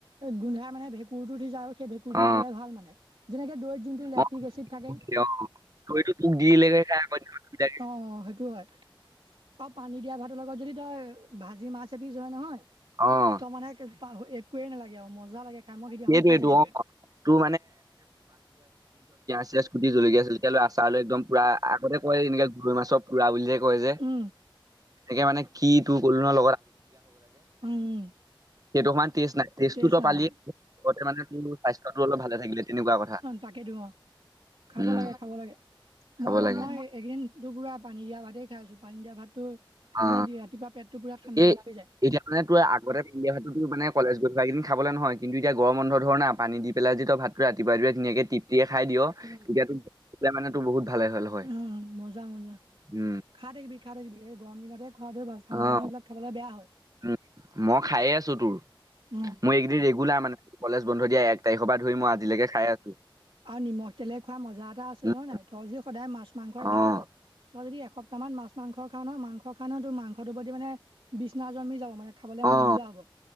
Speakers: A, on the right; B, on the right.
A: গোন্ধাই মানে ভেঁকুৰ টো দি যা সেই ভেঁকুৰ টো
B: অ
A: খালে ভাল মানে। যেনেকে দৈত যোনটো লেক্টিক
B: অ,
A: এচিড থাকে
B: তোক দিয়ে, অ, তোক এইটো তোক দিলেগে খাই আকৌ দিনত নিদিয়াকে।
A: অ সেইটো হয় আৰু পানী দিয়া ভাতৰ লগত যদি তই ভাজি মাছ এপিছ যদি হয় নহয়
B: অ
A: ত মানে পাহৰি একোৱে নালাগে আৰু মজা লাগে খাই মই সিদিনাখন
B: সেইটোৱেইটো
A: খাই চাইছিলো।
B: অ তোৰ চেচ কুটি জলকীয়া চলকীয়া লৈ আচাৰ লৈ একদম পুৰা আগতে কয় যে এনেকে গৰৈ মাছৰ পুৰা বুলি যে কয় যে
A: উম।
B: এনেকে মানে কি তোৰ ক'লো নহয়
A: উম
B: সেইটো সমান টেষ্ট নাই টেষ্টটো
A: তেষ্ট
B: তই
A: নাই
B: পালিয়ে
A: অ
B: লগতে মানে তোৰ স্বাস্থ্যটো অলপ ভালে থাকিলে তেনেকুৱা কথা
A: তাকে দিওঁ খাব
B: উম
A: লাগে খাব লাগে
B: খাব
A: মইতো
B: লাগে
A: মই এইকেইদিন দুপুৰা পানী দিয়া ভাত খাই আছো পানী দিয়া ভাতটো খাই
B: অ
A: মানে ৰাতিপুৱা পেটটো পুৰা ঠাণ্ডা
B: এই
A: পৰি যায়।
B: এতিয়া মানে তোৰ আগতে পিন্ধি অহাটো মানে কলেজ গৈ কেইদিন খাবলৈ নহয় কিন্তু এয়া গৰম বন্ধ ধৰণা পানী দি পেলাই যি ত ভাতটো ৰাতিপুৱা ধুনাকে টিপ তিয়ে খাই দিয় তেতিয়া মানে তোৰ বহুত ভালে হল হয়।
A: ভাল লাগে। উম মজা মজা
B: উম
A: খাই থাকিবি খাই থাকিবি এই গম দিনতে খোৱাটো ভাল ঠাণ্ডা
B: অ',
A: দিন এইবিলাক খাবলৈ বেয়া হয়।
B: উম, মই খায়ে আছো তোৰ,
A: উম
B: মোৰ
A: মই এইকেইদিন
B: ৰেগুলাৰ
A: ৰেগিনা মানে
B: কলেজ বন্ধ দিয়া এক তাৰিখৰ পৰা ধৰি মই আজি লৈকে খাই আছো।
A: আৰু নিমখ তেলে খোৱা মজা এটা আছে
B: উম,
A: নহয় নাই তই যি সদায় মাছ মাংসই
B: অ'।
A: খাই থাক। তই যদি এসপ্তাহ মান মাছ মাং খান ন মাংস খান ন তো মাংসটো প্ৰতি মানে বিচনা জন্মি যাব মানে খাবলে মন
B: অ',
A: নোযোৱা হব